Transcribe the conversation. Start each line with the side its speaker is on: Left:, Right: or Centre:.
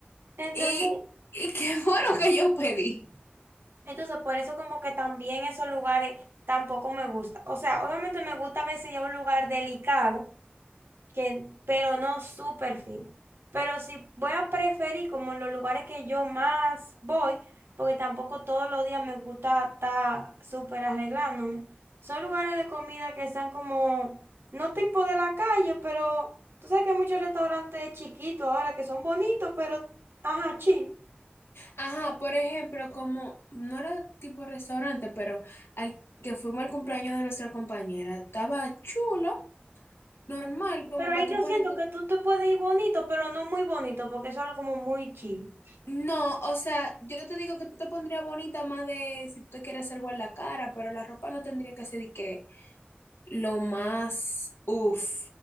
Right: Entonces,
Left: ¿Y, y qué fue lo que yo pedí?
Right: entonces, por eso como que también esos lugares tampoco me gusta. O sea, obviamente me gusta a veces ir a un lugar delicado, que, pero no súper fino. Pero sí voy a preferir como en los lugares que yo más voy, porque tampoco todos los días me gusta estar súper arreglándome. Son lugares de comida que están como, no tipo de la calle, pero tú sabes que hay muchos restaurantes chiquitos ahora que son bonitos, pero, ajá, chill.
Left: Ajá, por ejemplo, como no era tipo restaurante, pero al que fuimos al cumpleaños de nuestra compañera, estaba chulo, normal, como
Right: Pero ahí
Left: para tú
Right: yo
Left: ponerte.
Right: siento que tú te puedes ir bonito, pero no muy bonito, porque es algo como muy chill.
Left: No, o sea, yo te digo que tú te pondrías bonita más de si tú quieres algo en la cara, pero la ropa no tendría que ser de que lo más uff,